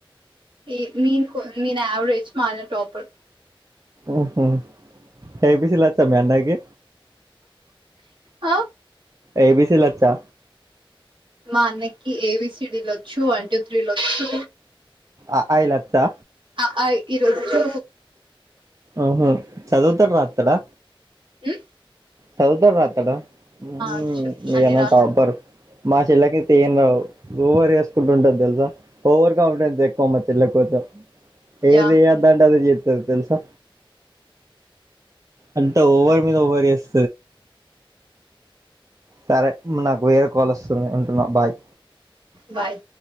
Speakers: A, on the right; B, on the right.
A: ఏ నేను కొ నేను యావరేజ్ మా అన్న టాపర్.
B: ఊహు ఏబిసిలొచ్చా మీ అన్నయకి
A: ఆ
B: ఏబీసీ లొచ్చా
A: మా అన్నకి ఏబీసీడీలు ఒచ్చూ వన్టూ త్రీలొచ్చూ.
B: అఆఇ లొచ్చా
A: అఆఇఈ లొచ్చూ
B: ఓహో చదువుతడు రాతడా
A: ఊ
B: సదువుతడు రాత్తడా ఉఊ
A: వచ్చు
B: మీ
A: అన్ని
B: అన్న
A: రాస్
B: టాపర్ మా చెల్లకైతే ఏం రావు ఓవరి చేస్ సుకుంటుంటది తెలుసా ఓవర్ కాన్ఫిడెన్స్ ఎక్కువ మా చెల్లక్ కొంచెం. ఏది
A: యా
B: చేయొద్దంటే అదే చేత్ తది తెలుసా అంత ఓవర్ మీద ఓవర్ చేస్ సరే నాకు వేరే కాల్ వస్తుంది ఉంటున్నా బాయ్
A: బాయ్